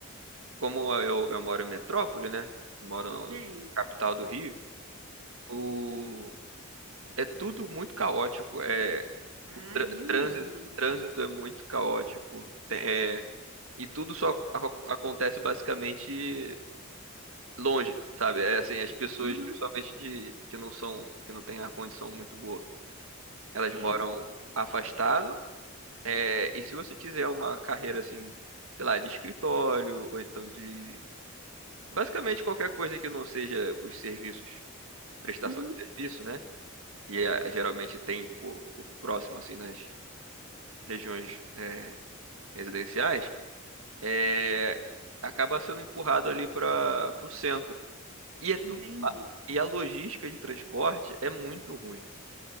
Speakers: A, on the right; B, on the right.
A: como eu, eu moro em metrópole, né? Eu moro
B: sei.
A: na capital do Rio, o, é tudo muito caótico. É,
B: Ah,
A: o trâ-
B: é mesmo.
A: trânsito, trânsito é muito caótico. Tem- É, e tudo só ac- acontece basicamente longe, sabe? É assim, as pessoas,
B: Uhum,
A: principalmente de, que não são, que não têm a condição muito boa Elas
B: é.
A: moram afastado. É, e se você quiser uma carreira assim, sei lá, de escritório ou então de basicamente qualquer coisa que não seja os serviços, prestação
B: Uhum,
A: de serviço, né? E é, geralmente tem por, por próximo assim nas regiões é, residenciais, é, acaba sendo empurrado ali para o centro. E é tudo
B: entendi.
A: e a logística de transporte é muito ruim,